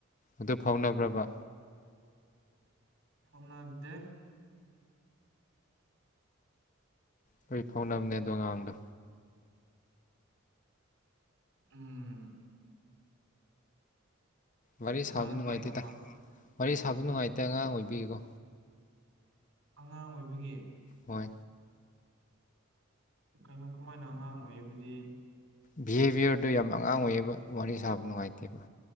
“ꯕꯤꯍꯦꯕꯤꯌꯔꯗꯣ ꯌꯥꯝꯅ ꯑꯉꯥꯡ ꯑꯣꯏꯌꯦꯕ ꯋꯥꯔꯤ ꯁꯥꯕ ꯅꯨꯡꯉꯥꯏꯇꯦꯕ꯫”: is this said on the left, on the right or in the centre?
Left